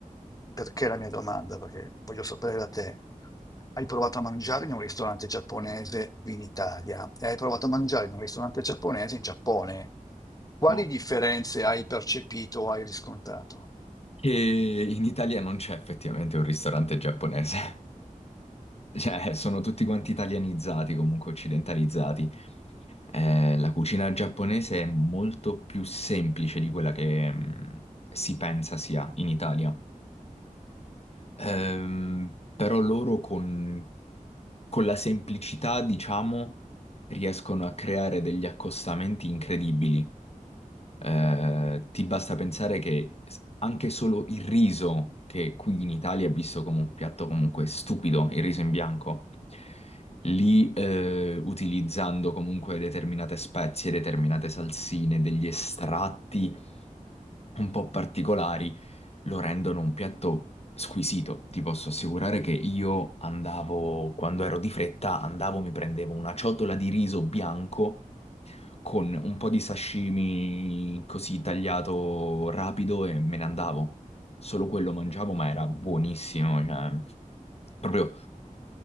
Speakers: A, on the left; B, on the left.
A: Perché la mia domanda? Perché voglio sapere da te. Hai provato a mangiare in un ristorante giapponese qui in Italia e hai provato a mangiare in un ristorante giapponese in Giappone. Quali
B: No,
A: differenze hai percepito o hai riscontrato?
B: che in Italia non c'è effettivamente un ristorante giapponese. Cioè, <laughs> sono tutti quanti italianizzati, comunque occidentalizzati. Eh, la cucina giapponese è molto più semplice di quella che mh, si pensa sia in Italia. Ehm, però loro con, con la semplicità, diciamo, riescono a creare degli accostamenti incredibili. Eh, ti basta pensare che s- anche solo il riso, che qui in Italia è visto come un piatto comunque stupido, il riso in bianco, lì eh, utilizzando comunque determinate spezie, determinate salsine, degli estratti un po' particolari, lo rendono un piatto squisito. Ti posso assicurare che io andavo, quando ero di fretta, andavo, mi prendevo una ciotola di riso bianco con un po' di sashimi così tagliato rapido e me ne andavo. Solo quello mangiavo, ma era buonissimo, cioè proprio